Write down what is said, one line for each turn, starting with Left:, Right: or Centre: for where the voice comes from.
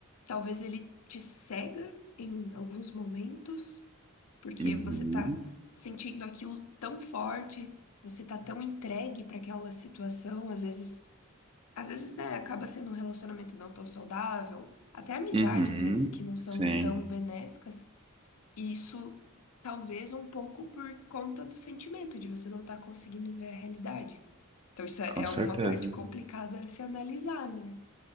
Left: talvez ele te cega em alguns momentos porque
Right: uhum,
Left: você tá sentindo aquilo tão forte, você tá tão entregue para aquela situação, às vezes, às vezes, né, acaba sendo um relacionamento não tão saudável, até amizade
Right: uhum,
Left: às vezes que não são
Right: sim,
Left: tão benéficas, e isso talvez um pouco por conta do sentimento de você não estar conseguindo ver a realidade. Então isso é
Right: com
Left: é
Right: certeza.
Left: uma parte complicada a se analisar, né?